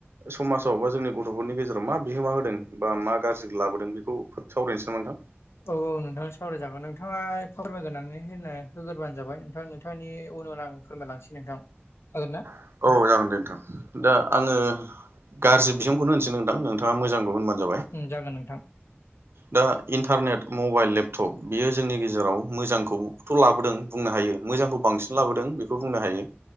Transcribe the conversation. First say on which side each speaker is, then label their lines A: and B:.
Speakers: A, on the right; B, on the left.
A: समाजाव बा जोंनि गथ'फोरनि गेजेराव मा बिहोमा होदों बा मा गाज्रि लाबोदों बेखौ सावरायनोसै नामा नोंथां?
B: औ औ नोंथाङा सावरायजागोन नोंथाङा फारमायग्रोनानै होनो होग्रोबानो जाबाय नोंथां नों नोंथांनि उन उन आं फोरमायलांसै नोंथां जागोन ना?
A: नोंथां औ जागोन दे नोंथां दा आङो गाज्रि बिहूंखौनोश्रहोनसै नोंथां नोंथाङा मोजांखौ होनबानो जाबाय।
B: उम जागोन नोंथां।
A: दा इन्टारनेट मबाइल लेपटप बियो जोंनि गेजेराव मोजांखौथ' लाबोदों। बुंनो हायो मोजांखौ बांसिन लाबोदों बेखौ बुंनो हायो।